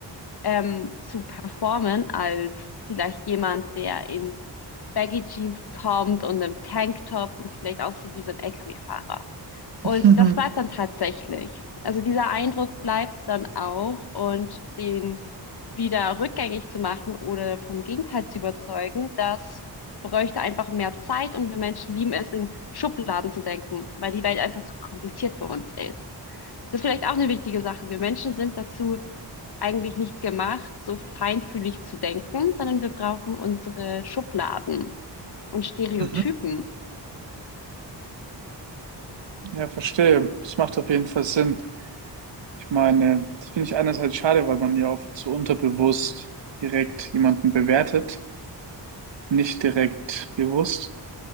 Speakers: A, on the left; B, on the right.
A: ähm, zu performen als vielleicht jemand, der in Baggy Jeans kommt und einem Tanktop und vielleicht aussieht wie so ein LKW-Fahrer. Und
B: <laughs>
A: das bleibt dann tatsächlich. Also dieser Eindruck bleibt dann auch und den wieder rückgängig zu machen oder vom Gegenteil zu überzeugen, das bräuchte einfach mehr Zeit und wir Menschen lieben es, in Schubladen zu denken, weil die Welt einfach zu kompliziert für uns ist. Das ist vielleicht auch eine wichtige Sache. Wir Menschen sind dazu eigentlich nicht gemacht, so feinfühlig zu denken, sondern wir brauchen unsere Schubladen und Stereotypen.
B: Mhm. Ja, verstehe. Das macht auf jeden Fall Sinn. Ich meine, das finde ich einerseits schade, weil man ja oft so unterbewusst direkt jemanden bewertet, nicht direkt bewusst.